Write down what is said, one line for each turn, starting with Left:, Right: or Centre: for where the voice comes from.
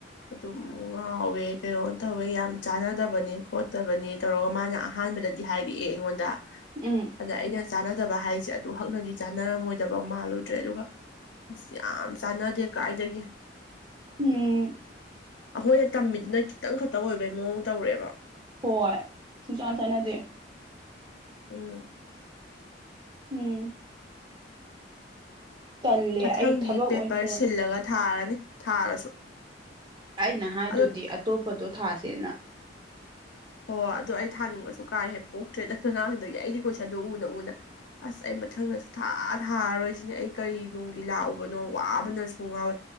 Left: ꯑꯗꯨꯝ ꯉꯥꯎꯋꯦ ꯀꯩꯅꯣ ꯇꯧꯋꯦ ꯌꯥꯝ ꯆꯥꯟꯅꯗꯕꯅꯦ ꯈꯣꯠꯇꯕꯅꯤ ꯇꯧꯔꯒ ꯃꯥꯅ ꯑꯍꯥꯟꯕꯗꯗꯤ ꯍꯥꯏꯔꯛꯑꯦ ꯑꯩꯉꯣꯟꯗ
Right: ꯎꯝ
Left: ꯑꯗ ꯑꯩꯅ ꯆꯥꯟꯅꯗꯕ ꯍꯥꯏꯁꯦ ꯑꯗꯨꯛ ꯍꯛꯅꯗꯤ ꯆꯥꯟꯅꯔꯝꯃꯣꯏꯗꯕ ꯃꯥꯜꯂꯨꯗ꯭ꯔꯦ ꯑꯗꯨꯒ ꯑꯁ ꯌꯥꯝ ꯆꯥꯟꯅꯗꯦ ꯀꯥꯏꯗꯒꯤ
Right: ꯎꯝ
Left: ꯑꯈꯣꯏꯅ ꯇꯝꯃꯤꯗꯨꯅ ꯈꯤꯇꯪ ꯈꯛꯇ ꯑꯣꯏꯕꯩ ꯃꯑꯣꯡ ꯇꯧꯔꯛꯑꯦꯕ
Right: ꯍꯣꯏ ꯁꯨꯡꯆꯥꯟ ꯆꯥꯟꯅꯗꯦ
Left: ꯎꯝ
Right: ꯎꯝ ꯇꯜꯂꯦ
Left: ꯃꯊꯪꯗꯤ
Right: ꯑꯩ ꯊꯕꯛ
Left: ꯄꯦꯄꯔ
Right: ꯑꯣꯏꯅ ꯇꯧꯔꯅꯤ
Left: ꯁꯤꯜꯂꯒ ꯊꯥꯔꯅꯤ ꯊꯥꯔꯁꯨ
Right: ꯑꯩꯅ ꯍꯥꯏꯗꯨꯗꯤ
Left: ꯑꯗꯣ
Right: ꯑꯇꯣꯞꯄꯗꯣ ꯊꯥꯁꯦꯅ
Left: ꯍꯣ ꯑꯗꯣ ꯑꯩ ꯊꯥꯅꯤꯡꯕꯁꯨ ꯀꯥ ꯍꯦꯟꯅ ꯄꯣꯛꯇ꯭ꯔꯦꯗ ꯉꯔꯥꯡꯗꯒꯤ ꯑꯩꯒꯤ ꯀꯣꯏꯁꯟꯗꯣ ꯎꯅ ꯎꯅ ꯑꯁ ꯑꯩ ꯃꯊꯪꯗ ꯁꯨ ꯊꯥ ꯊꯥꯔꯔꯣꯏ ꯁꯤꯅꯦ ꯑꯩ ꯀꯔꯤ ꯅꯨꯡꯒꯤ ꯂꯥꯛꯎꯕꯅꯣ ꯋꯥꯕꯅꯁꯨ ꯉꯥꯎꯋꯦ